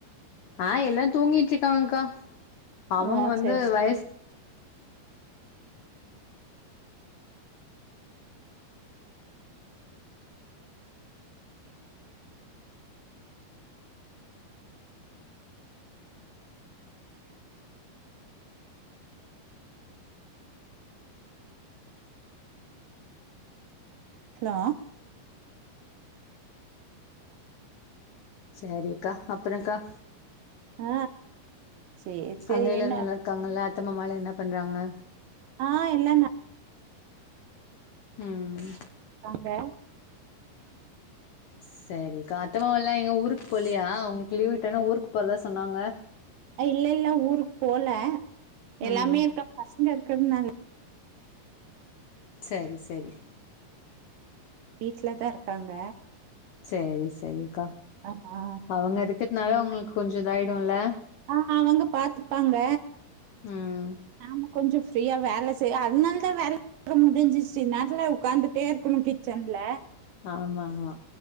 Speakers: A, on the left; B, on the right.
A: ஆ எல்லா தூங்கிட்டு இருக்காங்கக்கா அவுங்க
B: ஓ
A: வந்து
B: சரி சரி
A: வயசு
B: ஹலோ
A: சேரிக்கா அப்பறகா
B: ஆ சேரி சேரி
A: அங்க எல்லா
B: என்ன
A: நல்லா இருக்காங்கலா அத்த மாமலா என்ன பண்றாங்க
B: ஆ எல்லா நல்
A: ம்
B: தாங்க
A: சேரிக்கா அத்தமாமா எல்லா எங்க ஊருக்கு போலயா உங்களுக்கு லீவு விட்டோன்னோ ஊருக்கு போறதா சொன்னாங்க
B: இல்ல இல்ல ஊருக்கு போல எல்லாமே
A: ம்
B: இருக்க பசங்க இருக்கிறதுனால
A: சேரி சேரி
B: வீட்ல தா இருக்காங்க
A: சேரி சேரிக்கா
B: ஆ ஆ
A: அவுங்க இருக்கிறதுனால உங்களுக்கு கொஞ்ச இதா ஆயிடும்ல
B: ஆ அவுங்க பாத்துபாங்க
A: ம்
B: நாம கொஞ்ச ஃப்ரீயா வேல செய்ய அதனால தா வேல அப்பற முடிஞ்சிச்சு நேரத்துல உட்காந்துட்டே இருக்கணும் கிச்சன்ல
A: ஆமா மா